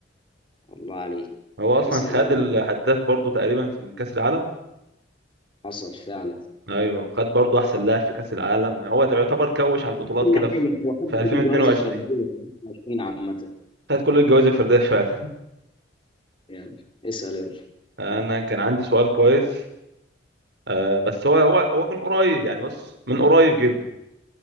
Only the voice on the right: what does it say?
هو اصلا
خد
الهداف برضو تقريبا في الكاس العالم
ايوه وخد برضه احسن لاعب في كاس العالم هو يعتبر كوش على البطولات
كده
في
في 2022
خد كل الجوائز الفرديه فعلا
<laughs> انا كان عندي سؤال كويس آه بس هو هو هو كان قريب يعني بص من قريب جدا